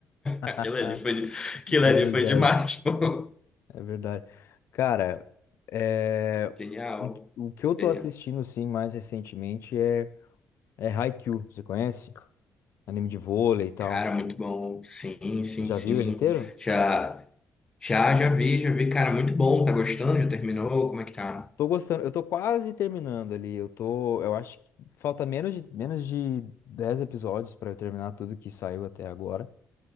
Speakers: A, on the left; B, on the left.
A: <laughs>
B: Aquilo ali foi, de- aquilo
A: É
B: ali
A: verdade,
B: foi demais, pô.
A: é verdade. Cara, é,
B: <laughs> Genial,
A: um que- o que eu tô
B: genial.
A: assistindo assim mais recentemente é é Haikyuu, você conhece? Anime de vôlei e tal.
B: Cara, muito bom. Sim, sim,
A: Já
B: sim.
A: viu ele inteiro?
B: Já, já, já vi, já vi. Cara, muito bom. Tá gostando? Já terminou? Como é que tá?
A: Tô gostando, eu tô quase terminando ali. Eu tô, eu acho que falta menos de menos de 10 episódios pra eu terminar tudo que saiu até agora.